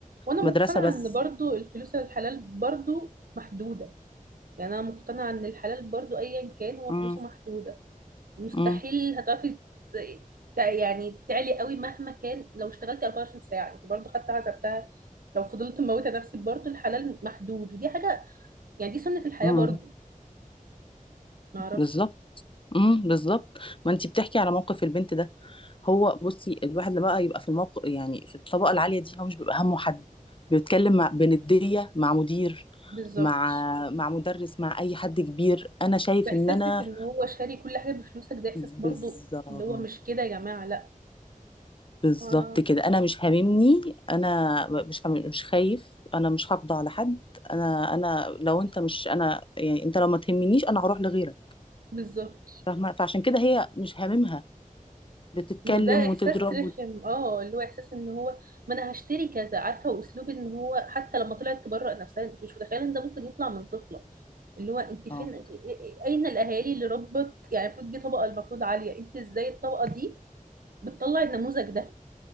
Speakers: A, on the right; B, on the left.
A: وانا مقتنعه
B: مدرسه بس
A: ان برضو الفلوس الحلال برضو محدوده يعني انا مقتنعه ان الحلال برضو ايا كان هو
B: امم
A: فلوسه محدوده مستحيل
B: امم
A: هتعرفي ت- ت- يعني تعلي قوي مهما كان لو اشتغلتي 24 ساعه انت برضو حتى حسبتها لو فضلت مموته نفسك برضو الحلال محدود ودي حاجه يعني دي سنه الحياه
B: امم
A: برضو معرفش
B: بالظبط امم بالظبط ما انت بتحكي على موقف البنت ده هو بصي الواحد لما بقى يبقى في الموقف يعني في الطبقه العاليه دي هو مش بيبقى همه حد بيتكلم مع بنديه مع مدير
A: بالظبط
B: مع مع مدرس مع اي حد كبير انا شايف
A: احساسك
B: ان انا
A: ان هو شاري كل حاجه بفلوسك ده احساس
B: بالظبط
A: برضو اللي هو مش كده يا جماعه لا
B: بالظبط
A: آه
B: كده انا مش هاممني انا مش هم- مش خايف انا مش هقضى على حد انا انا لو انت مش انا يعني انت لو ما تهمنيش انا هروح لغيرك
A: بالظبط
B: فاهمه فعشان كده هي مش هاممها بتتكلم
A: ما هو ده احساس
B: وتضرب
A: رخم
B: وت...
A: اه اللي هو احساس ان هو ما انا هشتري كذا عارفه واسلوب ان هو حتى لما طلعت تبرأ نفسها انت مش متخيله ان ده ممكن يطلع من طفله اللي هو انت فين
B: اه
A: إ- إ- اين الاهالي اللي ربت يعني المفروض دي طبقه المفروض عاليه انت ازاي الطبقه دي بتطلع النموذج ده